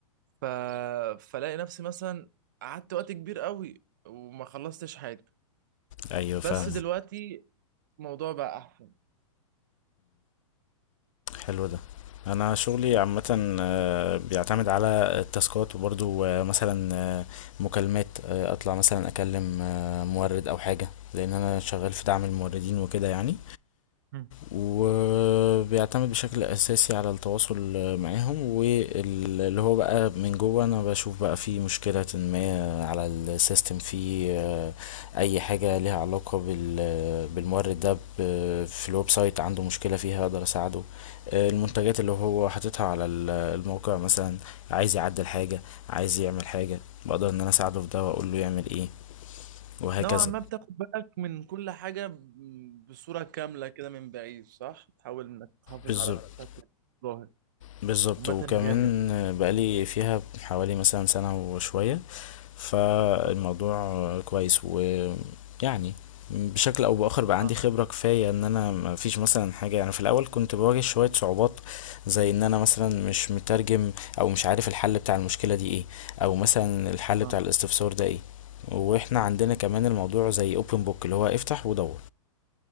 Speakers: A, on the right (about 35°); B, on the left (about 70°).
A: ف... فلاقي نفسي مثلا قعدت وقت كبير قوي وما خلصتش حاجه
B: أيوه فاهمة
A: بس دلوقتي الموضوع بقى احسن
B: حلو ده انا شغلي عامه آه، بيعتمد على التاسكات وبرضو آه، مثلا آه، مكالمات آه، اطلع مثلا اكلم آه، مورد او حاجه لان انا شغال في دعم الموردين وكده يعني
A: مم.
B: وبيعتمد بشكل اساسي على التواصل معاهم واللي هو بقى من جوه انا بشوف بقى في مشكلة ما على السيستم في آه، اي حاجة ليها علاقة بال- بالمورد ده ب- في الويب سايت عنده مشكلة فيها اقدر اساعده آه، المنتجات اللي هو حاططها على ال- الموقع مثلا عايز يعدل حاجة عايز يعمل حاجة بقدر ان انا اساعده في ده واقول له يعمل ايه وهكذا
A: نوعا ما بتاخد بالك من كل حاجه ب- بصوره كامله كده من بعيد صح تحاول انك تحافظ
B: بالظبط
A: على الشكل الظاهر
B: بالضبط،
A: عامه
B: وكمان
A: جامد
B: بقى لي فيها حوالي مثلًا سنة وشوية، فالموضوع
A: أصلاً.
B: كويس ويعني بشكل أو بآخر بقى عندي
A: اه
B: خبرة كفاية إن أنا ما فيش مثلًا حاجة أنا في الأول كنت باواجه شوية صعوبات، زي إن أنا مثلًا مش مترجم أو مش عارف الحل بتاع المشكلة دي إيه، أو مثلًا الحل
A: اه
B: بتاع الاستفسار ده إيه، وإحنا عندنا كمان الموضوع زي open book اللي هو افتح ودوّر.